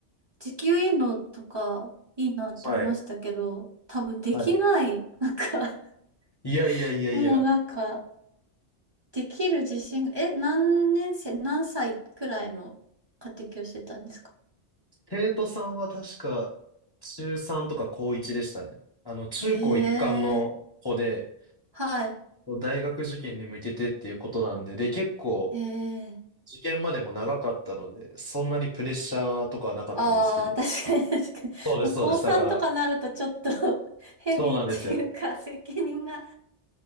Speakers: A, on the right; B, on the left.
A: 時給いいのとかいいなって思いましたけど、
B: はい。
A: 多分できない。
B: はい。
A: <laughs> なんか
B: いやいやいやいや。
A: <laughs> もうなんか、できる自信が、え、何年生、何歳くらいの家庭教してたんですか
B: 生徒さんは確か、中3とか高1でしたね。あの、中高一貫の子で、
A: ええはい。
B: 大学受験に向けてっていうことなんで、で、結構、
A: ええ
B: 受験までも長かったので、そんなにプレッシャーとかはなかったんですけど。
A: ああ、確かに確かに。
B: そうです、
A: もう高3とかなるとちょっと
B: そうです。だから、
A: <laughs> ヘビーっていうか責任が
B: そうなんですよ。